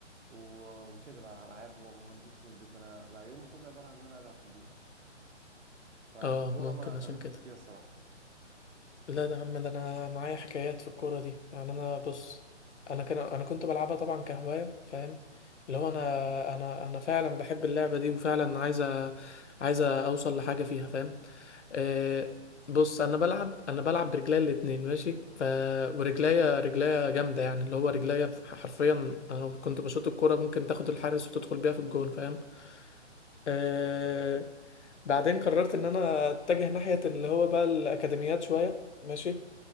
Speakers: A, on the right; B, on the left.
A: و- وكده بقى العاب وما ما نزلتش من البيت انا بقى يومي كله عباره عن ان انا قاعد على الكمبيوتر فالكوره
B: اه ممكن
A: ما كملتش
B: عشان كده
A: فيها الصراحه
B: لا ده يا عم ده انا معايا حكايات في الكوره دي يعني انا بص انا كان انا كنت بلعبها طبعا كهوايه فاهم اللي هو انا انا انا فعلا بحب اللعبه دي وفعلا عايزه عايزه اوصل لحاجه فيها فاهم آه بص انا بلعب انا بلعب برجليا الاتنين ماشي ف ورجليا رجليا جامده يعني اللي هو رجليا حرفيا انا كنت بشوط الكوره ممكن تاخد الحارس وتدخل بيها في الجون فاهم آه بعدين قررت ان انا اتجه ناحيه اللي هو بقى الاكاديميات شويه ماشي